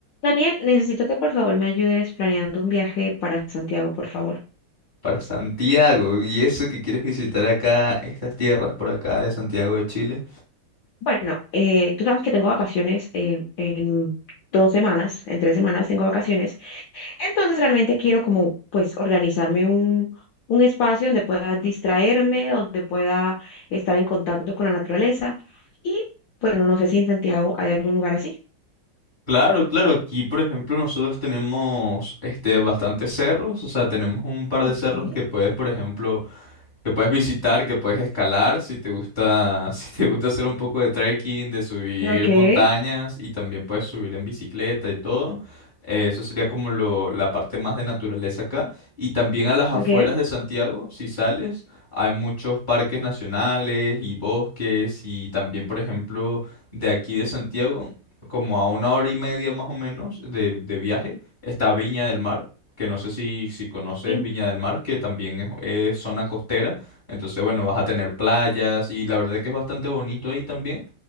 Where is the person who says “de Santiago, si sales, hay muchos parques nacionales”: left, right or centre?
Left